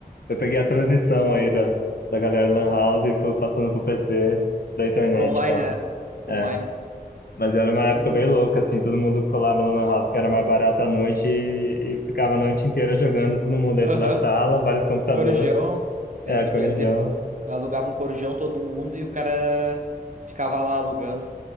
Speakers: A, on the left; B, on the right.
A: eu peguei a transição aí da, da galera Lan House pro- passando pro PC da internet
B: Pro online,
A: e tal.
B: né? Pro
A: É.
B: online.
A: Mas era uma época
B: Uhum.
A: bem louca, assim, todo mundo colava no lan house que era mais barato à noite e, e ficava a noite inteira jogando, todo mundo dentro
B: Aham.
A: da sala, vários computadores,
B: Corujão, é,
A: é,
B: devia
A: corujão,
B: ser. Alugava um corujão todo mundo e o cara ficava lá alugando.